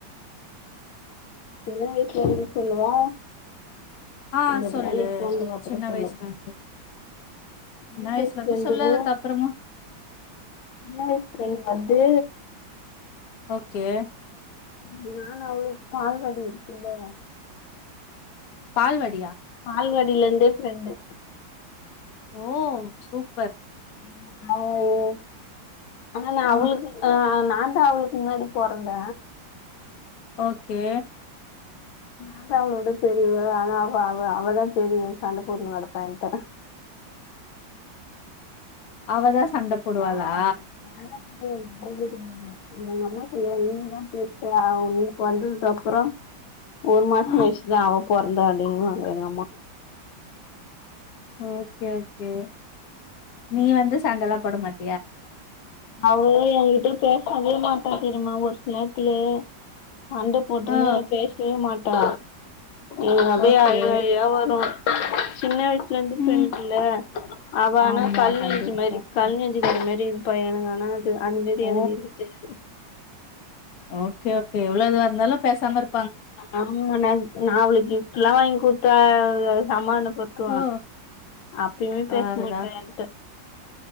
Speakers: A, on the left; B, on the left.
A: இல்ல வீட்ல வந்து சொல்லவா
B: ஆ
A: இல்ல
B: சொல்லு
A: வேலைக் போன்துக்கப்புறோ
B: சின்ன
A: சொல்லு
B: வயசுல இருந்து
A: சின்ன
B: வயசுல
A: வய்ஸ்
B: இருந்து
A: ஃப்ரெண்டுன்ன
B: சொல்லு அதுக்கப்புறமா
A: சின்ன வய்ஸ் ஃப்ரெண்டு அது
B: ஓகே
A: நானு அவுளு பால்வாடி இருக்குல்ல
B: பால்வாடியா
A: பால்வடிலந்தே ஃப்ரெண்டு
B: ஓ சூப்பர்
A: ஆமா அவோ ஒ ஆனா நா
B: ம்
A: அவுளுக்கு ஆ ஆனா நாந்தா அவுளுக்கு முன்னாடி பொறந்த
B: ஓகே
A: நாந்தா அவளோட பெரியவ ஆனா அவ அவ அவதா பெரியவன் சண்ட போட்டுனு கெடப்பா என்ட்ட
B: <inaudible> அவதா சண்ட போடுவாளா
A: ஆமா <unintelligible> எங்க அம்மா சொல்லுவாங் நீ தா பெர்சு அவ நீ பொற்ந்ததுக் அப்புறோ
B: <inaudible>
A: ஒரு மாசோ
B: ம்
A: கழிச்சுதா அவ பொற்ந்தா அப்டின் வாங்க எங்க அம்மா
B: ஆ ஓகே ஓகே நீ வந்து சண்டல்லா போட மாட்
A: அவ எ கிட்ட பேசாவே மாட்டா தெரியுமா ஒரு சில் நேர்த்துல சண்ட போட்டுன்னு
B: ஓ
A: பேசவே மாட்டா எனுக் அப்டியே
B: ஓகே
A: அழு அழுக்யா வரு சின்ன வயசுலருந்து ஃப்ரெண்டுல்ல
B: ம்
A: அவ ஆனா
B: ஆமா
A: கல்நெஞ்சு
B: கண்டிப்பா
A: மாரி கல் நெஞ்சு அது மாரி இருப்பா எனக்கு ஆனா அது அந்மாரி
B: ஓ
A: எனக்கு இருக்க தெரியாது
B: ஓகே ஓகே எவ்ளோதா இருந்தாலு பேசாம இரு
A: ஆமா ந நா அவுளுக் கிஃப்ட்ல்லா வாய்ங் குட்த்த அ சமாதன பட்த்துவ
B: ஓ
A: அப்பயுமே
B: பாருடா
A: பேஸ் மாட்ட என்ட்ட